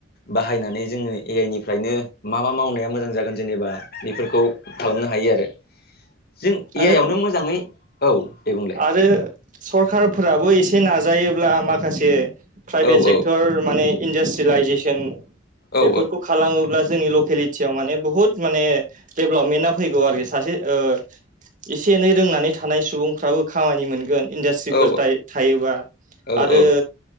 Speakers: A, on the left; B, on the right.
A: बाहायनानै जोङो ए आइ निफ्रायनो मा मा मावनाया मोजां जागोन जेनेबा बेफोरखौ खालामनो हायो आरो। जों ए
B: आरो
A: आइ आवनो मोजाङै औ दे बुंलाय
B: आरो सरखारफोराबो एसे नाजायोब्ला माखासे प्राइभेट
A: औ
B: सेक्टर
A: औ
B: माने इन्डास्ट्रिलाइजेसन
A: औ
B: बेफोरखौ खालामोब्ला जोंनि लकेलिटियाव माने बहुद माने डेभेलपमेन्टआ फैगौ आरोखि सासे ओ एसे एनै रोंनानै थानाय सुबुंफ्राबो खामानि मोनगोन। इन्डास्ट्रिफोर
A: औ
B: था- थायोबा
A: औ
B: आरो